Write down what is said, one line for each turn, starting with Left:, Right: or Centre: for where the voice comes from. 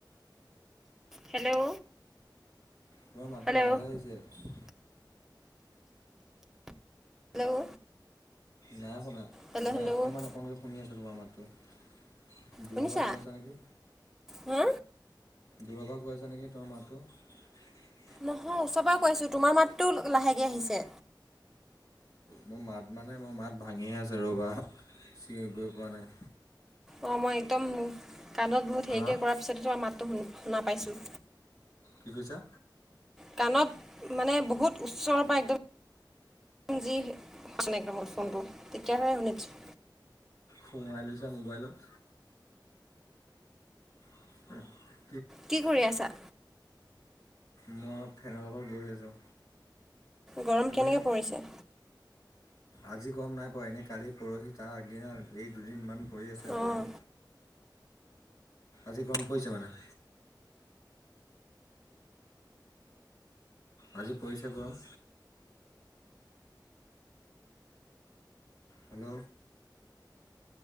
Centre: হেল্ল'।
Left: তোমাৰ মাতটো
Centre: হেল্ল'
Left: লাহে লাহে আহিছে।
Centre: হেল্ল'।
Left: নাই শুনা,
Centre: হেল্ল'
Left: মানে
Centre: হেল্ল'
Left: অকণমান অকণমানকৈ শুনি আছোঁ তোমাৰ মাতটো। দূৰৰ
Centre: শুনিছা
Left: পৰা কয় আছা নেকি।
Centre: হা
Left: দূৰৰ পৰা কয় আছা নেকি তোমাৰ মাতটো।
Centre: নহয় ওচৰৰ পৰা কৈছোঁ তোমাৰ মাতটো লাহেকে আহিছে।
Left: মোৰ মাত মানে মোৰ মাত ভাঙিয়ে আছে ৰ'বা, চিঞৰিবই পৰা নাই।
Centre: অ' মই একদম কাণত বহুত
Left: হা
Centre: হেৰিকে কৰাৰ পিছতে তোমাৰ মাতটো শুনা পাইছোঁ।
Left: কি কৈছা?
Centre: কাণত মানে বহুত ওচৰৰ পৰা একদম যি <unintelligible> ফোনটো তেতিয়াহে শুনিছোঁ।
Left: সোমাই লৈছা মোবাইলত। <unintelligible>
Centre: কি কৰি আছা?
Left: মই ফেনৰ তলত বহি আছোঁ।
Centre: গৰম
Left: তুমি
Centre: কেনেকে পৰিছে।
Left: আজি গৰম নাই পোৱা এনে কালি, পৰহি তাৰ আগদিন এই দুদিনমান পৰি আছে
Centre: অঁ
Left: গৰম। আজি গৰম পৰিছে মানে। আজি পৰিছে গৰম। Hello.